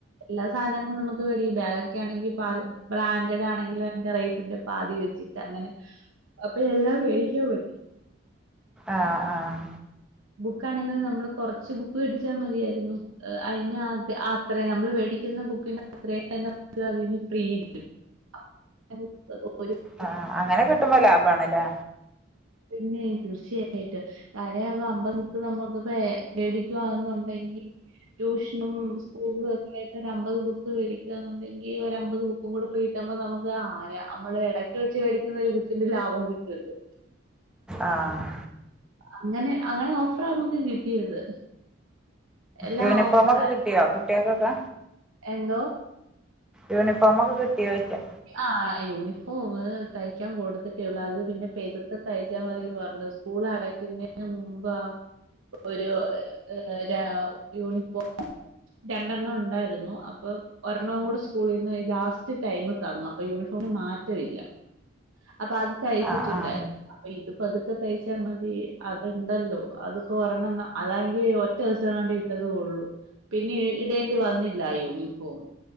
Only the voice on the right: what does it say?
എല്ലാ സാനങ്ങളും നമുക്ക് വേടിക്കും. ബാഗ് ഒക്കെ ആണെങ്കി പാതി ബ്രാൻ്റ്ഡാണെങ്കിലും അയ്ന്റെ റേറ്റിന്റെ പാതി വെച്ചി ട്ടാ അങ്ങനെ. അപ്പൊ എല്ലാം മേടിക്കാൻ പറ്റി.
ബുക്കാണെങ്കിലും നമ്മള് കൊറച്ച് ബുക്ക് വേടിച്ചാ മതിയായിരുന്നു. അയ്നെ അത് അത്രയും നമ്മള് വേടിക്കുന്ന ബുക്കിന്റെ അത്രയും നമുക്ക് അതിന്ന് ഫ്രീ <unintelligible> <unintelligible>
പിന്നേ തീർച്ചയായിട്ടും. കാര്യായിപ്പ അമ്പത് ബുക്ക് നമുക്ക് പ്പേ മേടിക്കുവാന്നുണ്ടെങ്കി ട്യൂഷനും സ്കൂളും ഒക്കെ ആയിട്ട് ഒരു അമ്പത് ബുക്ക് വേടിക്കുക എന്നുണ്ടെങ്കി ഒരമ്പത് ബു ക്കും കൂടെ ഫ്രീ കിട്ട്മ്പോ നമുക്ക് ആഹ് രാ നമ്മള് എടക്ക് വെച്ച് വേടിക്കുന്ന ഒരു ബുക്കിന്റെ ലാഭം കിട്ട്വല്ലോ.
അങ്ങനെ അങ്ങനെ ഓഫറാ നമ്മുക്ക് കിട്ടിയത്. എല്ലാം
ഓഫറാ.
എന്തോ?
ആഹ് യൂണിഫോമ് തയ്ക്കാൻ കൊടുത്തിട്ടേയൊള്ളു. അത് പിന്നെ പെതുക്കെ തയ്ച്ചാ മതീന്ന് പർഞ്ഞു സ്കൂൾ അടക്ക്യുന്നേന് മുമ്പാ ഒരു രാ യൂണിഫോം രണ്ടെണ്ണം ഉണ്ടായിരുന്നു. അപ്പൊ ഒരെണ്ണവും കൂടെ സ്കൂളീന്ന് ഈ ലാസ്റ്റ് ടൈമ് തന്നു. അപ്പൊ യൂണിഫോമിന് മാറ്റവില്ല. അപ്പൊ അത് തയ്ച്ചിട്ടുണ്ടായിരുന്നു.
അപ്പൊ ഇതിപ്പോ പതുക്കെ തയ്ച്ചാ മതി അത് ഉണ്ടല്ലോ. അതിപ്പോ ഒരെണ്ണം അതാണെങ്കി ഒറ്റ ദിവസം എങ്ങാണ്ട് ഇ ട്ടതു ഒള്ളൂ. പിന്നെ ഇടേണ്ടി വന്നില്ല യൂണിഫോം.